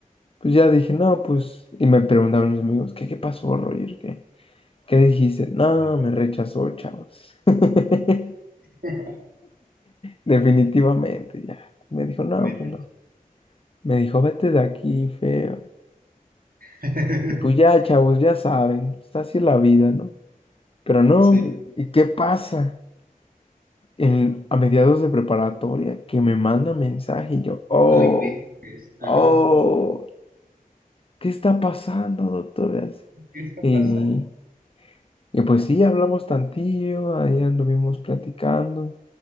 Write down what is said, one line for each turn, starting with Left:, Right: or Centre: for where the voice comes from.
Left: pues ya dije, no, pues, y me preguntaban mis amigos, ¿qué, qué pasó, Roger? ¿Qué? ¿Qué dijiste? No,
Right: Ah, bueno.
Left: me rechazó, chavos. <laughs>
Right: <laughs>
Left: Definitivamente, ya. Me dijo, no,
Right: Me
Left: pues
Right: la
Left: no. Me dijo, vete de aquí, feo.
Right: <laughs>
Left: Y pues ya, chavos, ya saben, está así la vida, ¿no? Pero no,
Right: Sí,
Left: ¿y qué pasa? En- a mediados de preparatoria, que me manda mensaje y yo, oh,
Right: no inventes. Ajá.
Left: oh, ¿qué está pasando, doctora?
Right: ¿Qué está pasando?
Left: Y Y pues sí, hablamos tantillo, ahí anduvimos platicando,